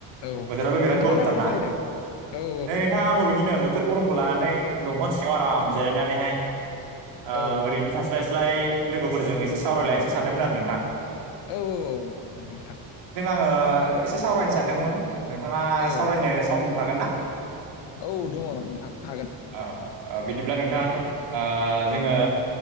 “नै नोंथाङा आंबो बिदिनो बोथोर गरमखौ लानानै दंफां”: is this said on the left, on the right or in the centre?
Right